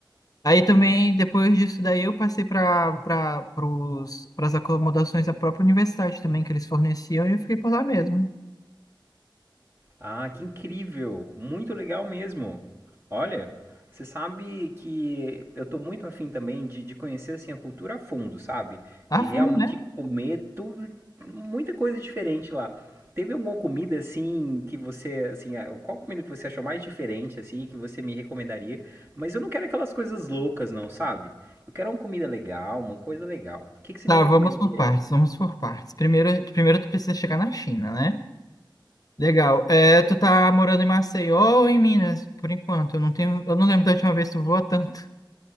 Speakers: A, on the left; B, on the right.
A: Aí também, depois disso daí, eu passei para para as acomodações da própria universidade também, que eles forneciam, e eu fiquei por lá mesmo.
B: Ah, que incrível! Muito legal mesmo. Olha, você sabe que eu tô muito afim também de, de conhecer assim a cultura a fundo, sabe?
A: Ah,
B: De
A: vamos,
B: realmente
A: né?
B: comer tudo, muita coisa diferente lá. Teve alguma comida assim que você, assim, ah, qual comida que você achou mais diferente assim que você me recomendaria? Mas eu não quero aquelas coisas loucas não, sabe? Eu quero uma comida legal, uma coisa legal. O que que você
A: Tá,
B: me recomendaria
A: vamos por partes,
B: aí?
A: vamos por partes. Primeiro, primeiro tu precisa chegar na China, né? Legal. É, tu tá morando em Maceió ou em Minas, por enquanto? Eu não tenho, eu não lembro da última vez que tu voou tanto.